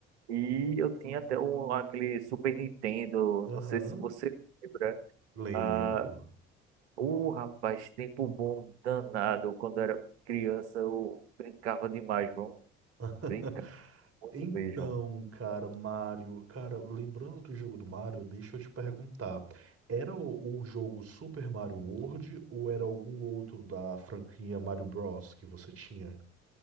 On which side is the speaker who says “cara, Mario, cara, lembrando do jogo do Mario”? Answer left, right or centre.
Right